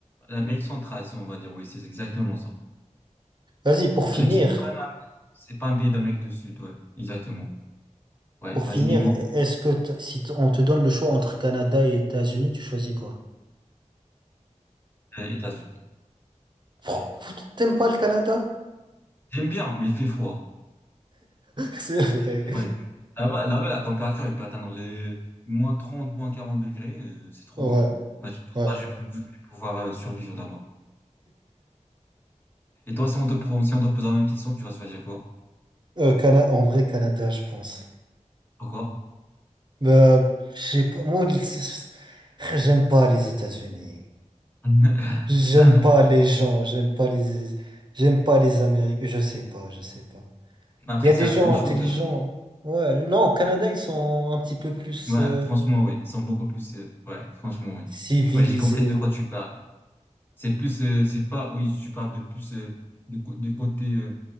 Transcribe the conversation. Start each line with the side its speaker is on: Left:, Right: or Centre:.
Left: L'Amérique centrale, si on va dire, oui, c'est exactement ça.
Right: Vas-y, pour
Left: C'est-à-dire
Right: finir,
Left: que c'est pas, un- c'est pas un pays d'Amérique du Sud, ouais, exactement. Ouais,
Right: pour
Left: vas-y,
Right: finir,
Left: dis-moi,
Right: est-ce que t- si t- on te donne le choix entre Canada et États-Unis, tu choisis quoi?
Left: Euh, États-Unis.
Right: Pour-
Left: Ouais.
Right: pour- T'aimes pas le Canada?
Left: J'aime bien, mais il fait froid.
Right: <laughs> C'est vrai.
Left: Il fait froid. Là-bas, là-bas, la température, elle peut atteindre les moins 30 moins 40 degrés, euh, c'est trop,
Right: Ouais,
Left: hein. Ouais, je pense
Right: ouais.
Left: pas que je peux, je vais pouvoir euh, survivre là-bas. Et toi, si on te, pro- si on te pose la même question, tu vas choisir quoi?
Right: Euh, Cana- en vrai, Canada, je pense.
Left: Pourquoi?
Right: Bah, j'ai pas, moi, le- c'est- c'est- j'aime pas les États-Unis.
Left: <laughs>
Right: J'aime
Left: Mais
Right: pas les gens, j'aime pas les, j'aime pas les Américains. Je sais pas, je sais pas.
Left: Après,
Right: Il y a
Left: c'est
Right: des
Left: la
Right: gens
Left: même chose.
Right: intelligents.
Left: euh.
Right: Ouais, non, au Canada, ils sont un petit peu plus
Left: Ouais,
Right: euh,
Left: franchement, oui. Ils sont beaucoup plus. euh, Ouais, franchement, oui.
Right: civilisés.
Left: Ouais, j'ai compris de quoi tu parles. C'est plus, euh, c'est pas, oui, tu parles de plus euh, du, cô- du côté, euh,